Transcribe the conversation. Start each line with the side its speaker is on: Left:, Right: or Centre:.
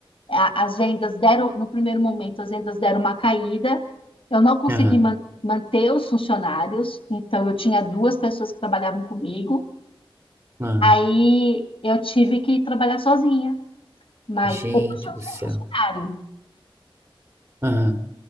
Left: a- as vendas deram, no primeiro momento, as vendas deram uma caída. Eu não consegui
Right: Aham.
Left: man- manter os funcionários, então eu tinha duas pessoas que trabalhavam comigo.
Right: Ai,
Left: Aí eu tive que trabalhar sozinha, mas
Right: gente
Left: hoje eu
Right: do
Left: não
Right: céu.
Left: tenho funcionário,
Right: Aham.